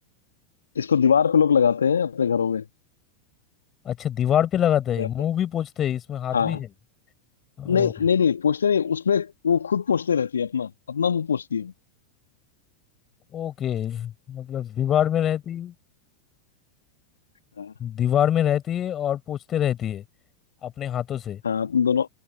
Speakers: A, on the left; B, on the left.
A: इसको दीवार पे लोग लगाते हैं अपने घरों में
B: अच्छा दीवार पे लगाता है
A: मैं आपको
B: मुंह भी पोंछते है इसमें हाथ
A: हाँ
B: भी
A: हाँ
B: है ओ,
A: नहीं नहीं नहीं पोंछते नहीं उसमें वो खुद पोंछते रहती है अपना अपना मुंह पोंछती है वो।
B: ओके मतलब दीवार में रहती
A: हाँ
B: दीवार में रहती है और पोंछते रहती है अपने हाथों से
A: हाँ अपन दोनों